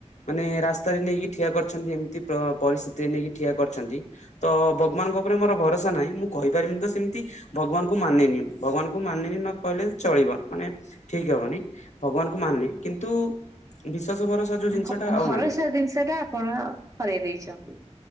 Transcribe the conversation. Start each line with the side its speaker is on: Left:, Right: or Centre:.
Left: ମାନେ ରାସ୍ତାରେ ନେଇକି ଠିଆ କରିଛନ୍ତି ଏମିତି ପରିସ୍ଥିତିରେ ନେଇକି ଠିଆ କରିଛନ୍ତି। ତ ଭଗବାନଙ୍କ ଉପରେ ମୋର ଭରସା ନାହିଁ ମୁଁ କହିପାରିବିନି ତ ସେମିତି ଭଗବାନଙ୍କୁ ମାନେିନି ଭଗବାନଙ୍କୁ ମାନେନି ନ କହିଲେ ଚଳିବ ମାନେ ଠିକ ହବନି ଭଗବାନକୁ ମାନେ କିନ୍ତୁ ବିଶ୍ଵାସ ଭରସା ଯୋଉ ଜିନିଷ
Right: ଭ
Left: ଟା ଆଉ
Right: ଭରସା
Left: ନାହିଁ
Right: ଜିନିଷ ଟା ଆପଣ ହରେଇ ଦେଇଛନ୍ତି।